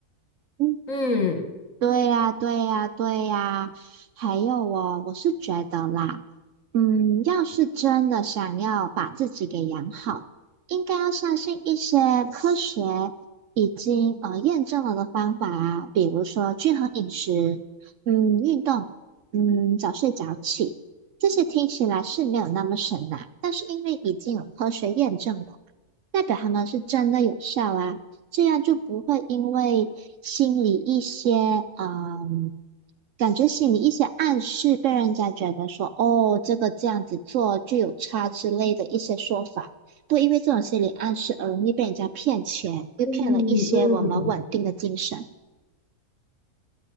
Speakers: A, on the right (about 65°); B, on the left (about 60°).
A: 嗯。
B: 嗯
A: 对呀，对呀，对呀，还有哦，我是觉得啦，嗯，要是真的想要把自己给养好，应该要相信一些科学已经呃验证了的方法啊，比如说均衡饮食，嗯，运动，嗯，早睡早起，这些听起来是没有那么神呐，但是因为已经有科学验证了。代表他们是真的有效啊，这样就不会因为心里一些嗯，感觉心里一些暗示被人家觉得说哦，这个这样子做就有差之类的一些说法，不因为这种心理暗示而容易被人家骗钱，又骗了一些我们稳定的精神。
B: 嗯嗯，